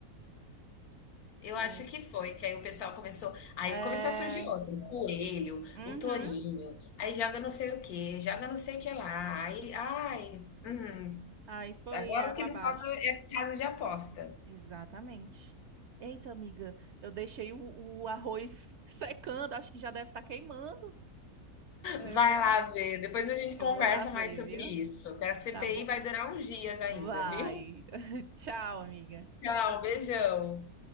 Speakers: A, on the left; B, on the right.
A: Eu
B: Foi.
A: acho que foi, que aí o pessoal começou. Aí
B: É.
A: começou a surgir outro: o coelho,
B: uhum.
A: o tourinho, aí joga não sei o que joga não sei o que lá. Aí, ai, hum,
B: Aí foi
A: Agora
B: água
A: o que
B: abaixo.
A: não falta é casa de aposta.
B: Exatamente. Eita, amiga, eu deixei o, o arroz <laughs> secando, acho que já deve estar queimando. Eu
A: Vai
B: vou,
A: lá ver, depois a gente
B: eu
A: conversa
B: vou lá ver,
A: mais sobre
B: viu?
A: isso. Que a CPI
B: Tá bom.
A: vai durar uns dias ainda,
B: Vai.
A: viu?
B: <laughs> Tchau, amiga.
A: Tchau, beijão.